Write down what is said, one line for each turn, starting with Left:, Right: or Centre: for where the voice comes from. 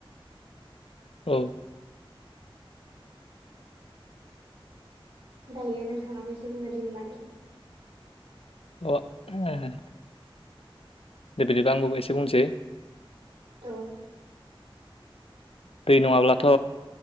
Left: औ।
Right: दायो नोंथाङाबो एसे बुंनो दैनि बागै
Left: अ <unintelligible> दे बिदिबा आंबो एसे बुंसै
Right: औ।
Left: दै नङाब्लाथ'